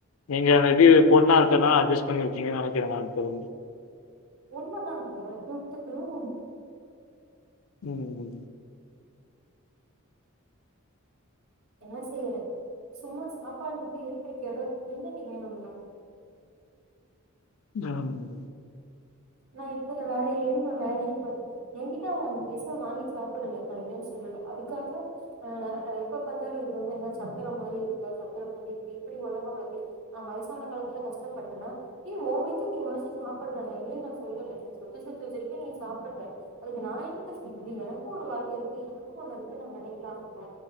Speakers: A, on the left; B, on the right.
A: நீங்க மேபி பொண்ணா இருக்கறனால அஜ்ஜஸ் பண்ணி இருக்கீங்கன்னு நெனைக்கிறே நா தெரிஞ்சி
B: உண்மைதாங்க நூத்துக்கு நூறு உண்மை
A: உம்
B: என்ன செய்யற சும்மா சாப்பாடு இருக்கு இருக்கறக்கு எடம் இருக்கு என்னடி வேணு வேற
A: தாராளமா
B: நா இத்தனை வேலைலயு நா வேலையு பாத்துகிட்டு என்கிட்ட அவன் அஞ்சி பைசா வாங்கியு சாப்பிடல நா இல்லன்னு சொல்லல அதுக்காக அ நா எப்ப பாத்தாலு இது வந்து என்ன சத்தரம் மாறி இருக்கா சத்தர மாதிரி இருக்கு இப்படி ஒடம்ப வளத்தியாச்சு அ வயசான காலத்துல கஷ்டப்பட்றன்னா ஏ ஓன் வயித்துக்கு நீ ஒழச்சி சாப்பிட்ற நா இல்லன்னு நா சொல்லல நீ சொத்து சேத்து வச்சிருக்க நீ சாப்பிட்ற அதுக்கு நா என்னங்க செய்ய முடியு எனக்கும் ஒரு வாழ்க்கை இருக்கு எனக்கும் ஒண்ணு இருக்குன்னு அவன் நெனைக்கிலா இல்லங்க